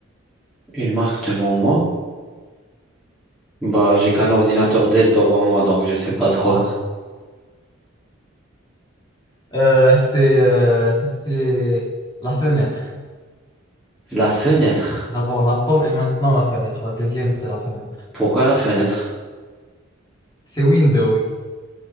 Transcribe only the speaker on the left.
Euh, c'est euh, c'est c'est la fenêtre.
D'abord la pomme et maintenant la fenêtre. La deuxième, c'est la fenêtre.
C'est Windows.